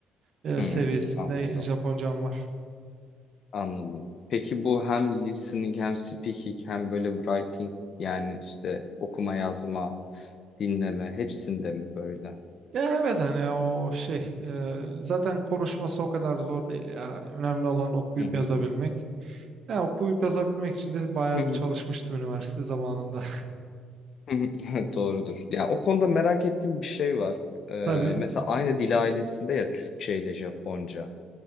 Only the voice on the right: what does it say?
e,
seviyesinde
Japoncam var.
Ya evet hani o şey e, zaten konuşması o kadar zor değil ya. Önemli olan okuyup
yazabilmek. Ya okuyup yazabilmek için de bayağı
bir
çalışmıştım
üniversite zamanında.
<laughs> Tabii.